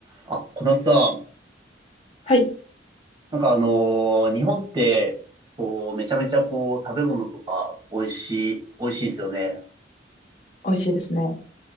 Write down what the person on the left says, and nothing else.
はい。
美味しいですね。